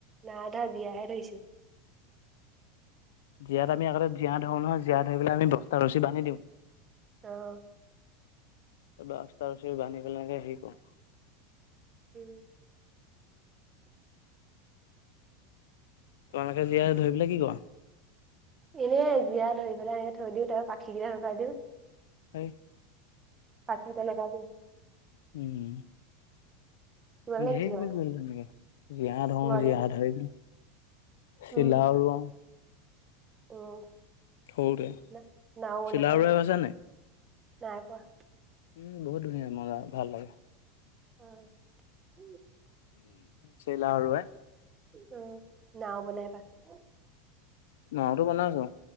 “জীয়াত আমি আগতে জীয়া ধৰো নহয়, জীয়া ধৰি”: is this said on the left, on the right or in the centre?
Left